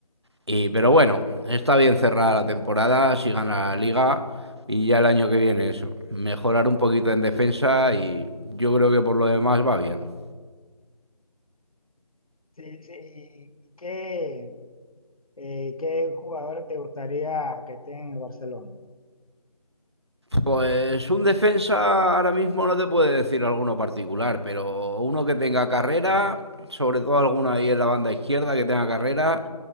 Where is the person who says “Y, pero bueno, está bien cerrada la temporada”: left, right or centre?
Right